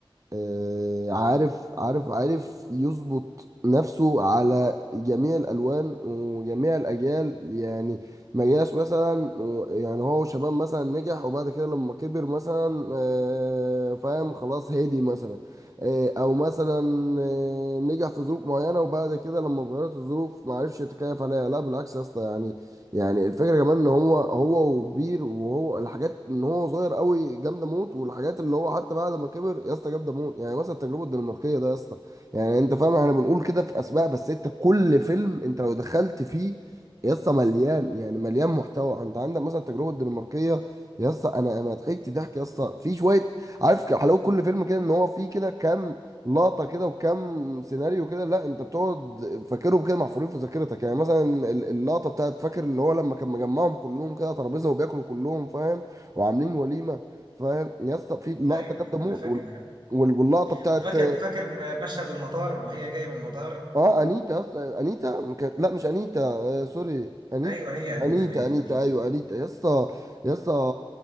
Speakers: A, on the right; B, on the right.
A: آه، عارف عارف عارف يظبط نفسه على جميع الألوان وجميع الأجيال يعني ما جاش مثلا و- يعني هو شباب مثلا نجح وبعد كده لما كبر مثلا آه، فاهم خلاص هادي مثلا آه، أو مثلا آه، نجح في ظروف معينة وبعد كده لما اتغيرت الظروف ما عرفش يتكيف عليها لا بالعكس يا اسطى يعني يعني الفكره كمان ان هو هو وكبير وهو الحاجات ان هو صغير قوي جامده موت والحاجات اللي هو حتى بعد ما كبر يا اسطى جامده موت يعني مثلا التجربه الدنماركيه ده يا اسطى يعني انت فاهم احنا بنقول كده في اسماء بس انت كل فيلم انت لو دخلت فيه يا اسطى مليان يعني مليان محتوى انت عندك مثلا التجربه الدنماركيه يا اسطى انا انا ضحكت ضحك يا اسطى في شويه عارف حلاوه كل فيلم كده ان هو فيه كده كام لقطه كده وكم سيناريو كده لا انت بتقعد فاكرهم كده محفورين في ذاكرتك يعني مثلا ال- اللقطه بتاعت فاكر اللي هو لما كان مجمعهم كلهم كده على ترابيزه وبياكلوا كلهم فاهم وعاملين وليمه فاهم يا اسطى في لقطه
B: ايوه
A: جامده
B: انا
A: موت
B: فاكر
A: وال-
B: لحد دلوقتي.
A: وال- واللقطه بتاعت
B: وفاكر وفاكر مشهد المطار وهي جاية من المطار
A: اه انيتا يس انيتا م- كانت- لا مش انيتا آه سوري انيتا
B: ايوه هي انيتا
A: انيتا
B: ايوه
A: انيتا ايوه انيتا يا اسطى يا اسطى